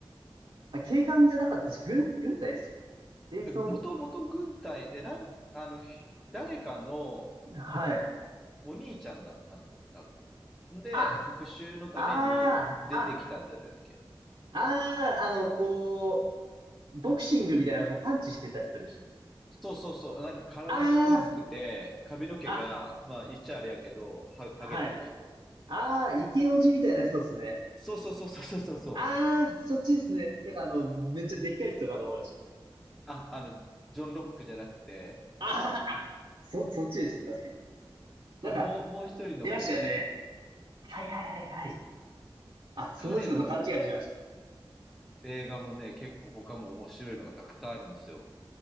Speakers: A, on the right (about 65°); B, in the centre.
A: あ、警官じゃなかったし、軍、軍隊でしたっけジェイソン、
B: もともと軍隊で、なん、あの、ひ誰かの
A: はい。
B: お兄ちゃんだったんだ、多分。で、
A: あ、
B: 復讐のために出てきたんだっけ。
A: ああ、あ、ああ、あの、こう、ボクシングみたいな、こう、パンチしてた人でし
B: そうそうそう。なんか体がごつくて、
A: た。あ
B: 髪の毛が、
A: あ、
B: まあ言っちゃあれやけど、は、はげてる人。
A: あ、はい。ああ、イケオジみたいな人ですね。
B: そうそうそうそうそうそう。
A: ああ、そっちですね。だから、あの、めっちゃでっかい人かと思いました。
B: あ、あの、ジョン・ロックじゃなくて、
A: あーあ、そ、そっちですね。確かに。
B: そう、
A: なんか、
B: もう、もう一人の方で、
A: いましたよね。はいはいはいはい。あ、その人と勘違いしてました。
B: 彼の映画もね、結構他も面白いのがたくさんあるんですよ。